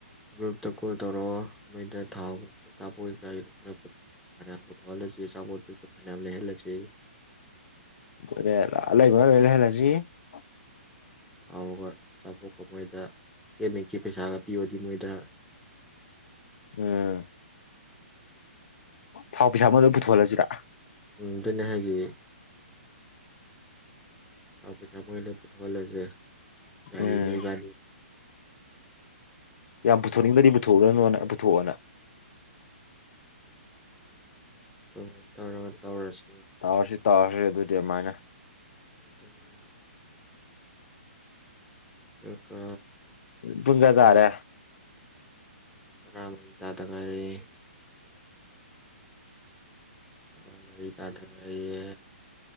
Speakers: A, in the centre; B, on the left.
A: ꯒ꯭ꯔꯨꯞꯇ ꯀꯣꯜ ꯇꯧꯔꯛꯑꯣ ꯃꯩꯗ ꯊꯥꯎ ꯑꯆꯥꯄꯣꯠ ꯀꯌꯥꯒꯤꯗꯣ ꯈꯔꯠꯌꯥꯝ ꯄꯨ ꯊꯣꯛꯍꯜꯂꯁꯤ ꯑꯆꯥꯄꯣꯠꯇꯨꯁꯨ ꯐꯅꯌꯥꯝ ꯂꯩꯍꯜꯂꯁꯦꯌꯦ
B: ꯑꯟꯏꯟꯇꯦꯜꯂꯤꯖꯦꯕꯜ
A: ꯕꯒ ꯍꯣꯏ ꯅꯞ ꯀꯣ ꯃꯣꯏꯗ ꯀꯦꯃꯦꯀꯤ ꯄꯩꯁꯥꯒ ꯄꯤꯌꯗꯤ ꯃꯣꯏꯗ
B: ꯎꯝ ꯊꯥꯎ ꯄꯩꯁꯥ ꯑꯃꯗ ꯄꯨꯊꯣꯛꯍꯂꯁꯤꯔ
A: ꯎꯝ ꯑꯗꯨꯅꯦ ꯍꯦꯒꯤ ꯇꯥ ꯄꯩ ꯊ ꯃꯣꯏ ꯄꯊꯍꯦꯁ ꯒꯥꯔꯤ
B: ꯎꯝ
A: ꯅꯕꯅꯤ
B: ꯌꯥꯝ ꯄꯨꯊꯣꯛꯅꯤꯡꯗ꯭ꯔꯗꯤ ꯄꯨꯊꯣꯛꯎꯗꯅꯣꯅ ꯄꯨꯊꯣꯛꯑꯣꯅ
A: ꯑꯗꯨꯃꯥꯏꯅ ꯇꯧꯔꯒ ꯇꯧꯔꯁꯤ
B: ꯇꯥꯔꯁꯤ ꯇꯥꯈ꯭ꯔꯦ ꯑꯗꯨꯗꯤ ꯑꯗꯨꯃꯥꯏꯅ
A: ꯑꯗꯨꯅꯦ ꯏꯇꯀ
B: ꯄꯨꯡ ꯀ꯭ꯌꯥ ꯇꯥꯔꯦ
A: ꯇꯔꯥꯃꯔꯤ ꯇꯥꯗ ꯉꯥꯏꯔꯦ ꯇꯔꯥ ꯃꯔꯤ ꯇꯥꯗꯒꯔꯤꯌꯦ